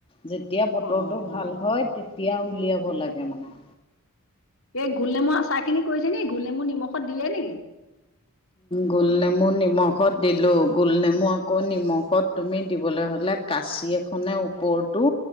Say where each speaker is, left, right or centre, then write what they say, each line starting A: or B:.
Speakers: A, on the left (about 25°); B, on the left (about 65°).
A: যেতিয়া বতৰটো
B: অঁ
A: ভাল হয় তেতিয়া উলিয়াব লাগে মানে।
B: এই গোলনেমু আচাৰ খিনি কৰিছে নি? গোলনেমু নিমখত দিলে নেকি?
A: গোলনেমু নিমখত দিলোঁ, গোলনেমু আকৌ নিমখত তুমি দিবলৈ হ'লে কাঁচি এখনে ওপৰটো